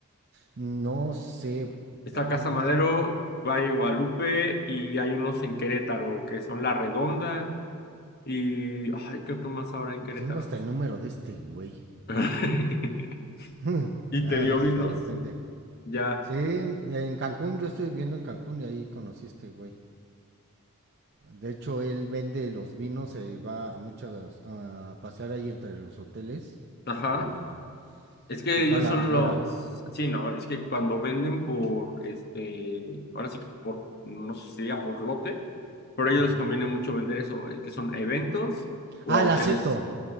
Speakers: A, on the right; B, on the left.
A: No sé,
B: Está Casa
A: ay, deje-
B: Madero, Valle de Guadalupe y hay unos en Querétaro que son La Redonda y... Ay, ¿qué otro más ahora en Querétaro?
A: tengo hasta el número de este güey.
B: <laughs>
A: <laughs>
B: Y
A: A
B: te dio
A: ver si
B: vinos,
A: de repente.
B: ya.
A: Sí, en Cancún, yo estoy viviendo en Cancún y ahí conocí a este güey. De hecho, él vende los vinos, se va a muchas a pasear ahí entre los hoteles
B: Ajá.
A: de la
B: Es que
A: de
B: ellos
A: toda la
B: son
A: Riviera.
B: los, sí, no, es que cuando venden por, este, ahora sí que por, no sé si sería por lote, pero a
A: Ujú.
B: ellos les conviene mucho vender eso, eh, que son a eventos o
A: Ah,
B: a hoteles.
A: la Aceto.